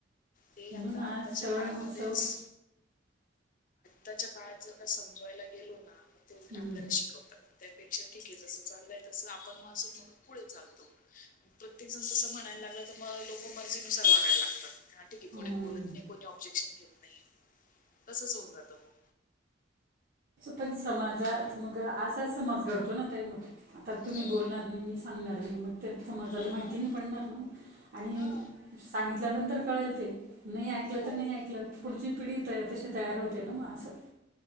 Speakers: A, on the left (about 45°); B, on the right (about 50°).
A: ते
B: म्हणून
A: आता
B: आज
A: आताच्या
B: सण
A: काळामध्येच
B: उत्सव
A: ताच्या काळात जर का समजवायला गेलो ना मग ते उलट
B: हम्म
A: आपल्याला शिकवतात त्यापेक्षा ठीक आहे, जस चाललंय तस आपण मग असं म्हणून पुढे चालतो, प्रत्येक जण तस म्हणायला लागला तर मर्जी नुसार वागायला लागतात ठीे कोणी
B: हम्म
A: बत नाही कोणी ऑब्जेक्शन होत नाहीये तसंच होऊन जात मग
B: पण समाजात मग असा समाज घडतो ना ताई मग आता तुम्ही
A: हम्म
B: बोलणार नाही मी सांगणार मी मग ते समाजाला
A: हा
B: माहिती नाही पडणार नाही ना. मग आणि
A: हा
B: सांगितल्यानंतर कळेल ते नाही ऐकलं
A: हो
B: तर नाही ऐकलं. पुढची पिढी तशी तयार होते ना म असं.